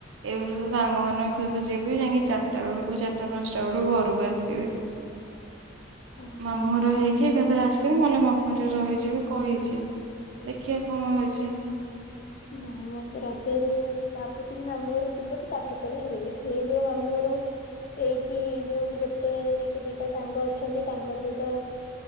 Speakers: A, on the right; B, on the left.
A: ଏଇଭଳି ସାଙ୍ଗ ମଙ୍କ ସହିତ ଯି ଯାଇକି ଚାରଟା ବେଳକୁ ଚାରିଟା ପାଞ୍ଚଟା ବେଳକୁ ଘରକୁ ଆସିବି।
B: ଓହୋ
A: ମାମୁଁ ଘର ହେଇକି ଏକା ରେ ଆସିବି ନହେଲେ ମାମୁଁ ଘରେ ରହିଯିବି କହିଛି। ଦେଖିବା କଣ ହେଇଛି।
B: ନାଇଁ ମତେ ରଜରେ ଭାବୁଥିଲି ମାମୁଁ ଘରୁ ଯିବ ବୋଲି। ତାଠୁ ଖିଲ ହେ କିଏ ଯିବ ମାମୁଁ ଘରୁକୁ ଏଇଠି ଯୋଉ ବି ଗୋଟେ କି ଦିଟା ସାଙ୍ଗ ଅଛନ୍ତି ତାଙ୍କ ସହିତ